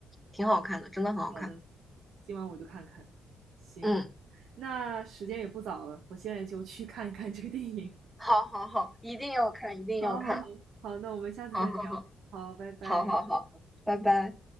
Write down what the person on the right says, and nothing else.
好的，今晚我就看看。行，
那时间也不早了，我现在就去看看这个电影。
<laughs>
好好好，好，那我们下次再聊。
好，拜拜。